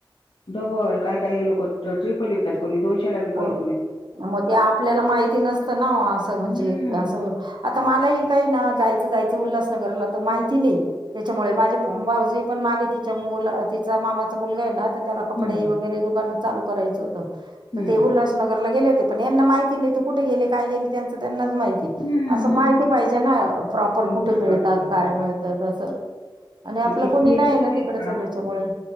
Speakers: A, on the left; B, on the right.
A: डबल काय काय लोक ट्रिपल विकतात कोणी दोनशेला विकंल.
B: मग ते आपल्याला माहिती नसतं ना असं म्हणजे
A: हम्म.
B: असं आता मलाही काही ना जायचं जायचं उल्हासनगरला तर माहिती नाही. त्याच्यामुळे माझे भावजय पण मागे तिच्या मुलं तिचा मामाचा मुलगा आहे ना, तर त्याला कपडे
A: हम्म
B: वगैरे दुकान चालू करायचं होतं,
A: हम्म
B: तर ते उल्हास नगरला गेले होते, पण यांना माहिती नाही कुठं गेले काय गेले त्यांंचं त्यांनाचं माहि ती.
A: हम्म
B: असं माहिती
A: हम्म.
B: पाहिजे ना प्रॉपर कुठं
A: बरं
B: मिळतात
A: बरं बरं
B: काय
A: बरं
B: मिळतात असं. आणि आपलं
A: मी किती
B: कोणी नाही
A: आता शिक्षिका
B: ना तिकडचं त्याच्यामुळे.